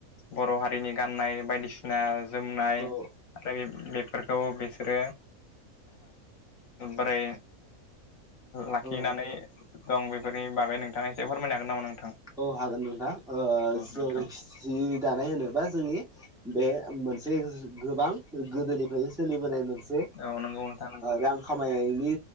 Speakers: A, on the left; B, in the centre.
A: बर' हारिनि गाननाय बायदिसिना जोमनाय
B: औ
A: आरो बेफो फोरखौ बिसोरो बोरै लाखिनानै
B: औ
A: दं बेफोरनि बागै नोंथा एसे फोरमाय हागोन नामा नों
B: औ हागोन नोंथां जों
A: नोंथां
B: जि दानाय होनो बा जोंनि बे मोनसे गोबां गोदोनिफ्रायनो सोलिबोनाय मोनसे
A: औ नंगौ नोंथां नंगौ
B: रां खामायनाय नि